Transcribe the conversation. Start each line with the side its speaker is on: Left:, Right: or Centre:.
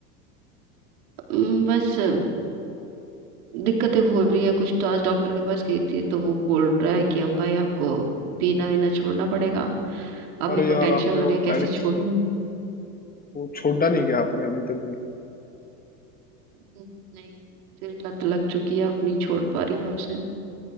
Right: अम, बस अम, दिक्कतें हो रही है कुछ तो आज डॉक्टर के पास गई थी तो वो बोल रहा है कि अब भाई आपको पीना वीना छोड़ना पड़ेगा अब मेरे
Left: अरे
Right: को
Left: यार
Right: टेंशन
Left: आपने
Right: हो रही
Left: वो
Right: है कैसे
Left: एडिक्शन
Right: छोड़ूं
Left: वो छोड़ा नहीं क्या आपने अभी तक भी
Right: हम्म, नहीं फिर लत लग चुकी है अब नहीं छोड़ पा रही मैं उसे